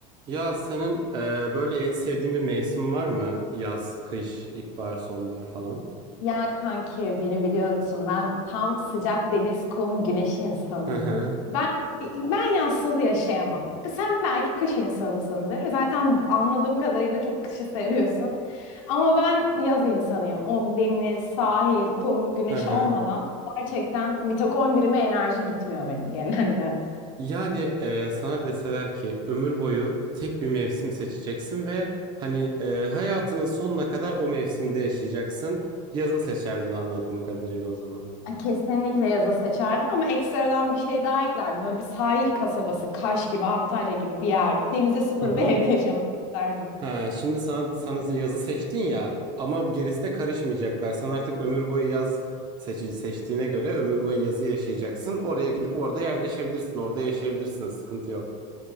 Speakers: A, on the right; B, on the left.
A: Ya senin e, böyle en sevdiğin bir mevsim var mı? Yaz, kış, ilkbahar, sonbahar falan.
B: Ya kanki beni biliyorsun ben tam sıcak deniz, kum, güneş insanıyım.
A: Hı hı,
B: Ben ben yazsız yaşayamam. Sen belki kış insanısındır. Zaten anladığım kadarıyla çok kışı seviyorsun. Ama ben yaz insanıyım. O deniz, sahil, kum, güneş
A: hı hı.
B: olmadan gerçekten mitokondrime enerji gitmiyor benim <laughs> genelde.
A: Yani e, sana deseler ki ömür boyu tek bir mevsim seçeceksin ve hani e, hayatının sonuna kadar o mevsimde yaşayacaksın. Yazı seçerdin anladığım kadarıyla o zaman.
B: Ay, Kesinlikle yazı seçerdim ama ekstradan bir şey daha eklerdim. Böyle bir sahil kasabası, Kaş gibi, Antalya gibi bir yerde. Denize sıfır
A: Hı hı.
B: bir evde yaşamak isterdim.
A: He, şimdi sana, sana yazı seçtin ya ama gerisine karışmayacaklar. Sen artık ömür boyu yaz seçi, seçtiğine göre ömür boyu yazı yaşayacaksın. Oraya gidip orada yerleşebilirsin. Orada yaşayabilirsin. Sıkıntı yok.